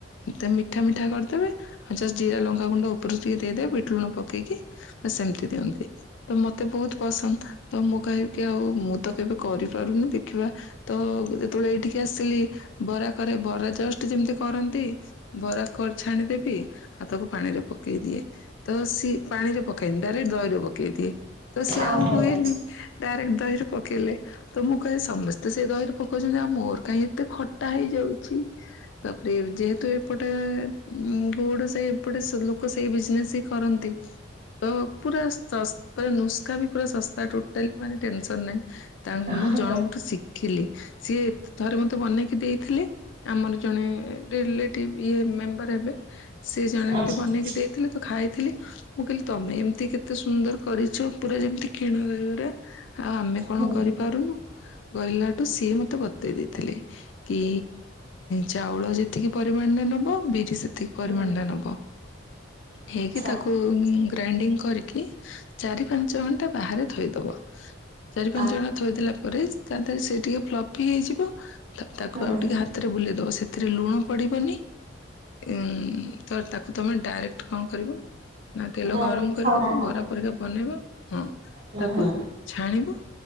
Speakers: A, on the left; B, on the right.
A: ଏତେ ମିଠା ମିଠା କରିଦେବେ ଆଉ ଜଷ୍ଟ ଜିରା, ଲଙ୍କା ଗୁଣ୍ଡ ଉପରୁ ଟିକେ ଦେଇଦେବେ ବିଟ ଲୁଣ ପକେଇକି ବାସ୍ ଏମତି ଦିଅନ୍ତି। ତ ମତେ ବୋହୁତ ପସନ୍ଦ ତ ମୁଁ କହିବିକି ଆଉ ମୁଁ ତ କେବେ କରିପାରୁନି ଦେ ଖିବା ତ ଯେତେବେଳେ ଏଇଠିକି ଆସିଲି ବରା କରେ ବରା ଜଷ୍ଟ ଯେମତି କରନ୍ତି ବରା କର ଛାଣିଦେବି ଆଉ ତାକୁ ପାଣିରେ ପକେଇଦିଏ। ତ ସିଏ ପାଣି ରେ ପକାଏନି ଡାଇରେକ୍ଟ୍ ଦହିରେ ପକେଇ ଦିଏ ତ ସିଏ
B: ହଉ
A: ଆଉ
B: ହଉ
A: ହୁଏନି। ଡାଇରେକ୍ଟ୍ ଦହିରେ ପକେଇଲେ ତ ମୁଁ କହେ ସମସ୍ତେ ସେ ଦହିରେ ପକୋଉଚନ୍ତି ଆଉ ମୋର କାହିଁ ଏତେ ଖଟା ହେଇଯାଉଚି? ତାପରେ ଯେହେତୁ ଏପଟେ ଗୋଡ ସେ ଏପଟେ ସେ ଲୋ କୋ ସେଇ ବିଜ୍ନେସ୍ ହିଁ କରନ୍ତି। ତ ପୁରା ନୁସ୍କା ବି ପୁରା ଶସ୍ତା ଟୋଟାଲି ମାନେ ଟେନ୍ସନ୍ ନାହିଁ। ତା ମୁଁ
B: ଆଚ୍ଛା
A: ଜଣଙ୍କଠୁ ଶିଖିଲି ସିଏ ଥରେ ମତେ ବନେଇକି ଦେଇଥିଲେ। ଆମର ଜଣେ ରିଲେଟିଭ ଇଏ ମେମ୍ବର ହେବେ। ସିଏ ଜଣେ
B: ଆଚ୍ଛା
A: ଏମିତି ବନେଇକି ଦେଇଥିଲେ ତ ଖାଇଥିଲି। ମୁଁ କହିଲି ତମେ ଏମିତି କେତେ ସୁନ୍ଦର କରିଚ ପୁରା ଯେମିତି କିଣା ଦହିବରା। ଆଉ ଆମେ କଣ
B: ହୁଁ
A: କରିପାରୁନୁ? କହିଲାଠୁ ସିଏ ମୋତେ ବତେଇ ଦେଇଥିଲେ। କି ଚାଉଳ ଯେତିକି ପରିମାଣରେ ନବ ବିରି ସେ ତିକି ପରିମାଣରେ
B: ହୁଁ
A: ନବ ନେଇକି
B: ଆଚ୍ଛା
A: ତାକୁ ଗ୍ରାଇଣ୍ଡିଙ୍ଗ୍ କରିକି ଚାରି ପାଞ୍ଚ ଘଣ୍ଟା ବାହାରେ ଥୋଇଦବ, ଚାରି ପାଞ୍ଚ
B: ଆ
A: ଘଣ୍ଟା ଥୋଇଦଲା ପରେ ତା ଦେହରେ ସେ ଟିକେ ଫ୍ଲପି ହେଇଯିବ ତାକୁ
B: ହୁଁ
A: ଆଉ
B: ହୁଁ
A: ଟିକେ ହା ହାତରେ ବୁଲେଇଦେବ ସେଥିରେ ଲୁଣ ପଡ଼ିବନି। ଉଁ ତ ତାକୁ ତମେ ଡାଇରେକ୍ଟ୍ କଣ କରିବ ନା ତେଲ
B: ଦହି
A: ଗରମ କରିବ
B: ଛଣା
A: ତ
B: ହବ
A: ବରା ପରିକା ବନେଇବ ହଁ
B: ହୁଁ
A: ତାକୁ
B: ହୁଁ
A: ଛାଣିବ